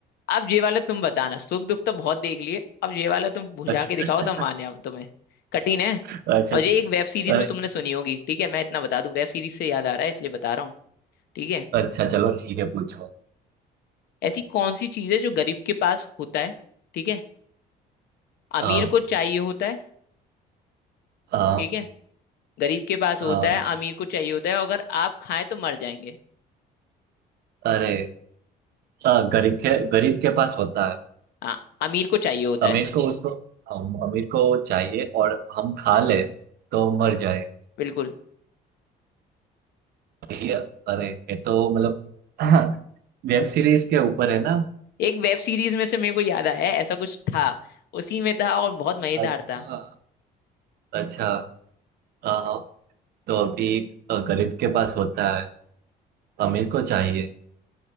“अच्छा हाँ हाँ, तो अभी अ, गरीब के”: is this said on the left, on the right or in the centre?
Right